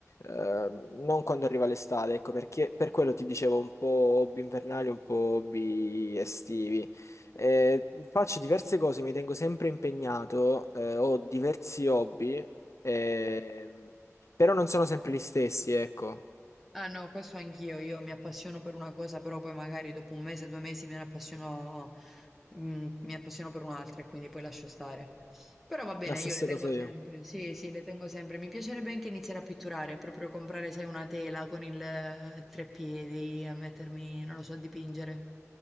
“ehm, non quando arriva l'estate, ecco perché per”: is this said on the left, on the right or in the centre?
Left